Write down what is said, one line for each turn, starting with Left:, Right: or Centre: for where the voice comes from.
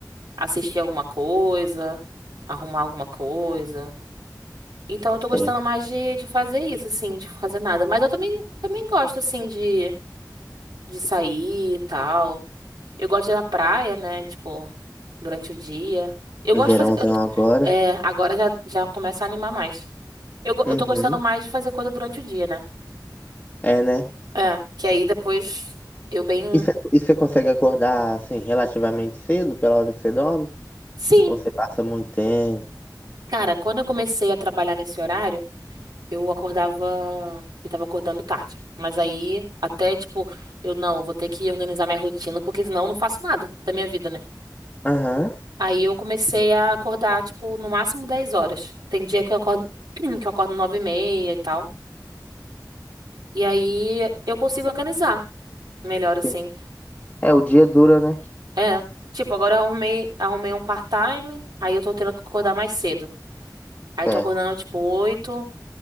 Right: assistir alguma coisa, arrumar alguma coisa. Então eu tô gostando
Left: Sim.
Right: mais de, de fazer isso, assim, de fazer nada. Mas eu também, também gosto, assim, de, de sair e tal. Eu gosto de ir na praia, né? Tipo, durante o dia. Eu
Left: Verãozão
Right: gosto de fazer. eu t-
Left: agora.
Right: é, agora já, já começa a animar mais. Eu, go-
Left: Uhum.
Right: eu tô gostando mais de fazer coisa durante o dia, né?
Left: É, né?
Right: É, que aí depois eu bem.
Left: E você e você consegue acordar, assim, relativamente cedo, pela hora que você dorme?
Right: Sim,
Left: Ou você passa muito tempo?
Right: cara, quando eu comecei a trabalhar nesse horário, eu acordava. Eu tava acordando tarde. Mas aí, até tipo, eu não, vou ter que organizar minha rotina, porque senão eu não faço nada da minha vida, né?
Left: Aham.
Right: Aí eu comecei a acordar, tipo, no máximo 10 horas. Tem dia que eu acordo, <clears throat> que eu acordo 9 e meia e tal. E aí eu consigo organizar melhor assim.
Left: Sim. É, o dia dura, né?
Right: É, tipo, agora eu arrumei, arrumei um part-time, aí eu tô tendo que acordar mais cedo. Aí
Left: Certo.
Right: tô acordando tipo 8,